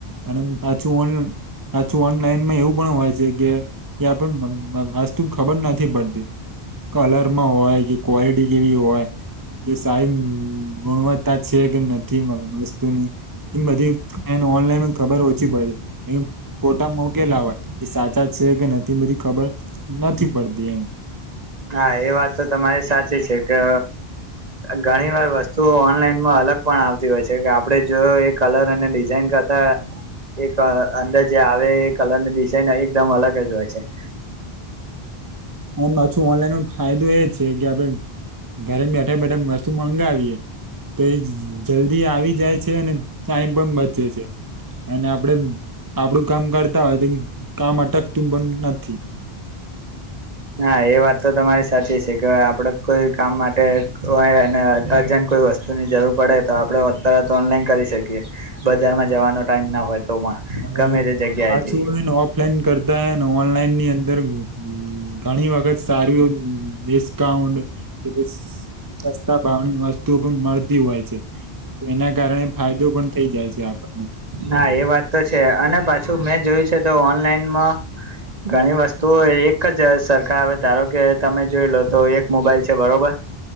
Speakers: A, on the right; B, on the right.
A: અને પાછું ઓન પાછું ઓનલાઈનમાં એવું પણ હોય છે કે એ આપ વસ્તુ ખબર નથી પડતી કલરમાં હોય કે ક્વોલિટી કેવી હોય કે સાઈ ગુણવત્તા છે. નથી માં વસ્તુ એમ બધી એને ઓનલાઈન ખબર ઓછી પડે છે એ ફોટા મોકેલાવા એ સાચા છે કે નથી બધ ખબર નથી પડતી એમ.
B: હા એ વાત તો તમારી સાચી છે કે ઘણી વાર વસ્તુઓ ઓનલાઈનમાં અલગ પણ આવતી હોય છે કે આપડે જો એ કલર અને ડિઝ ઇનિંગ કરતા એ અંદર જે આવે એ કલરની ડિઝાઇન એકદમ અલગ જ હોય છે. <inaudible>
A: એમ પાછું ઓનલાઈનમાં ફાયદો એ છે કે આપે ઘરે બેઠા બેઠા વસ્તુ મંગાવીએ તો એ જલ્દી આવી જાય છે અને સા એમ પણ બચે છે. અને આપડે આપડું કામ કરતા હોય તો કામ અટકતું પણ નથી.
B: <inaudible> નાા એ વાત તો તમારી સાચી છે કે આપડ કોઈ કામ માટે કો અજ કોઈ વસ્તુની જરૂર પડે તો આપડ તરત ઓનલાઈન કરી શકીએ બજારમાં જવાનો ટાઈમ ના હોય. તો પણ
A: અને
B: ગમે તે જગ્યાએથી
A: પાછું એને ઓફલાઈન કરતા હને ઓનલાઈન ની અંદર ઘણી વખત સારું ડિસ્કાઉન્ટ કે સસ્તા ભાવણીસ્ત પણ મળતી હોય છે એના કારણે ફાયદો પણ થઈ જાય છે આપણને.
B: ના એ વાત તો છે અને પાછું મેં જોયું છે તો ઓનલાઈનમાં ઘણી વસ્તુ એક જ સરખા હવે ધારો કે તમે જોઈ લો તો એક મોબાઈલ છે બરોબર.